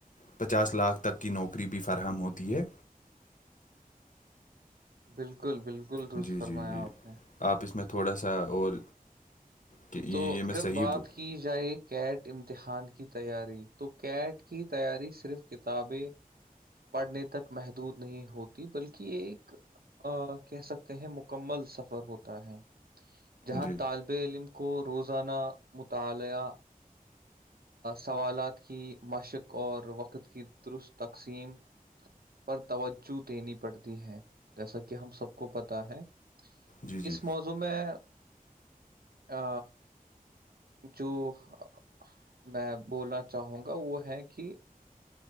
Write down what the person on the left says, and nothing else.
پچاس لاکھ تک کی نوکری بھی فراہم ہوتی ہے
جی
جی
اپ اس میں تھوڑا سا اور کہ یہ
میں
صحیح
ب-
جی
جی جی